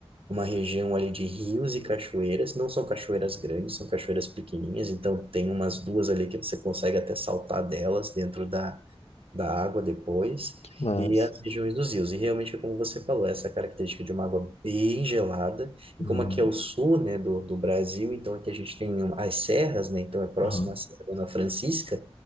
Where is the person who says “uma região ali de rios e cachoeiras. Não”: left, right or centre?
Right